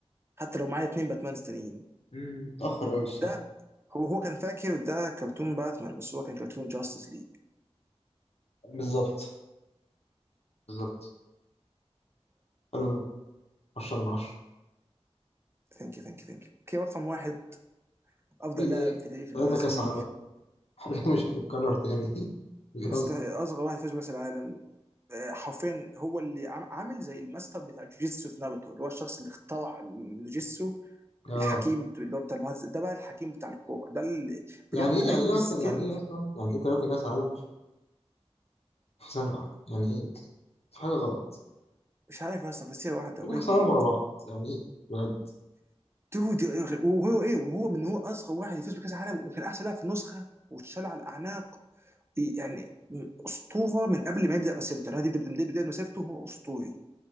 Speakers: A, on the right; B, on the left.
A: حتى لو معايا اتنين باتمان تانيين
B: مم، متأخر أوي الصراحة
A: ده هو هو كان فاكر ده كرتون باتمان بس هو كان كرتون جاستس ليج
B: بالظبط بالظبط حلو 10 من 10
A: ثانك يو ثانك يو ثانك يو اوكي رقم واحد افضل
B: مين إيه؟
A: لاعب في تاريخ البرازيل
B: تلاتة كأس عالم <laughs> حاجات مش هتتكرر تاني <laughs> بيهزر
A: مستحيل اصغر واحد فاز بكاس العالم آه، حرفيا هو اللي عم- عامل زي الماستر بتاع جوجيتسو في ناروتو اللي هو الشخص اللي اخترع الجوجيتسو
B: اه
A: الحكيم اللي هو بتاع المهندس ده بقى الحكيم بتاع الكوره ده اللي
B: يعني
A: بجد
B: ايه يعني
A: اي
B: ايه اصلا
A: سكيل
B: يعني ايه اصلا يعني ايه ثلاثة كاس عالم في في سنة واحدة يعني ايه في حاجة غلط
A: مش عارف يا اسطى فسيره واحده
B: ثلاثة
A: وهو
B: كاس عالم ورا بعض يعني ايه بجد
A: دود وهو ايه وهو من هو اصغر واحد يفوز بكاس العالم وكان احسن لاعب في النسخه واتشال على الاعناق يعني اسطوره من قبل ما يبدا مسيرته يعني هو دي بدايه بدايه مسيرته هو اسطوري